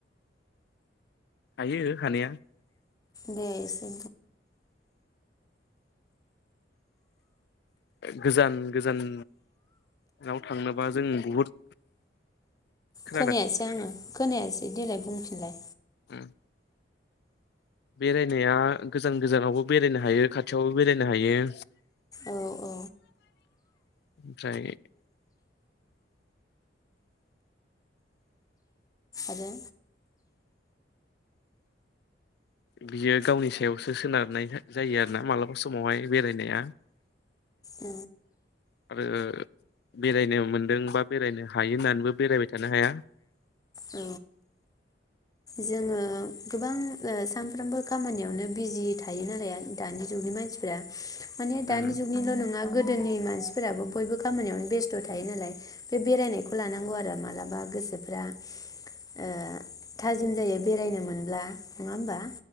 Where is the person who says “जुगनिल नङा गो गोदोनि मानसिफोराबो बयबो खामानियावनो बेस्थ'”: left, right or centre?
Left